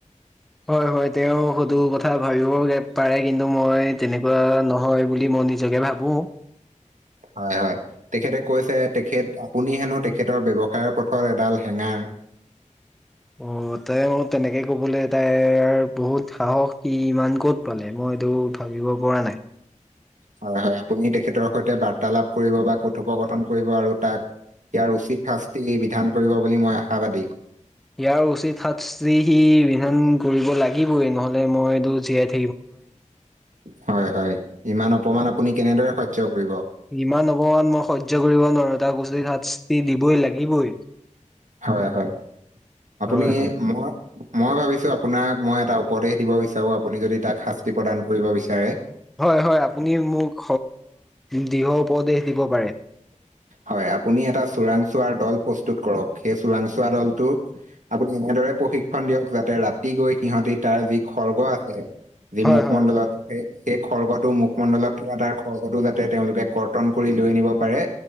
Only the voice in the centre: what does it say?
হয় হয় তেওঁ <unintelligible> কথা ভাবিব পাৰে কিন্তু মই তেনেকুৱা ন। হয় বুলি মই নিজকে ভাবো।
অ তেওঁৰ তেনেকে ক'বলৈ তাই বহুত সাহস কি ইমান ক'ত। পালে মই এইটো ভাবিব পৰা নাই।
ইয়াৰ উচিত শাস্তি বিধান কৰিব লাগিবই নহ'লে মই এইটো জীয়াই থাকি।
ইমান অপমান মই সহ্য কৰিব নোৱাৰো। <unintelligible> শাস্তি দিবই লাগিবই,
হয় হয়।
হয় হয় আপুনি মোক দৃঢ় উপদেশ দিব পাৰে।
হয়
হয় হয়।